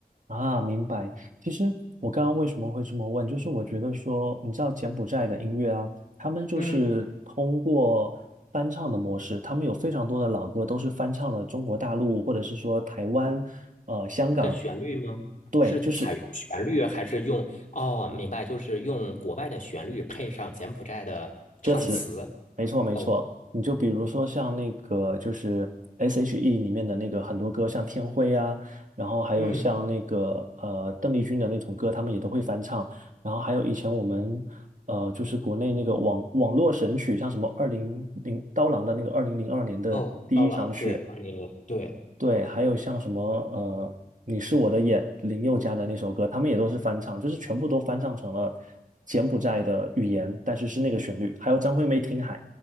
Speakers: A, on the right; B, on the left.
A: 啊，明白。其实我刚刚为什么会这么问，就是我觉得说，你知道柬埔寨的音乐啊，他们就是通过翻唱的模式，
B: 嗯，
A: 他们有非常多的老歌都是翻唱了中国大陆或者是说台湾、呃香港，
B: 的旋律吗？
A: 对，
B: 是采用旋律还是用？
A: 就是
B: 哦，明白，就是用国外的旋律配上柬埔寨的唱词。
A: 歌词，没错没错，
B: 哦，
A: 你就比如说像那个就是 S.H.E 里面的那个很多歌，像《天灰》啊，然后还有像那个呃邓丽君的那种歌，
B: 嗯，
A: 他们也都会翻唱，然后还有以前我们呃就是国内那个网网络神曲，像什么二零零刀郎的那个二零零二年的第一场雪，
B: 哦，刀郎，对，二零零，对。
A: 对，还有像什么呃，你是我的眼，林宥嘉的那首歌，他们也都是翻唱，就是全部都翻唱成了柬埔寨的语言，但是是那个旋律。还有张惠妹《听海》，